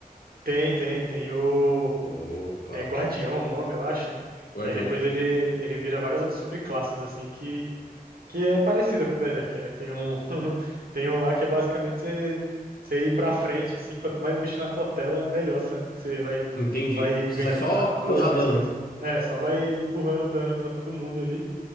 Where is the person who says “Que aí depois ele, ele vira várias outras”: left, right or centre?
Right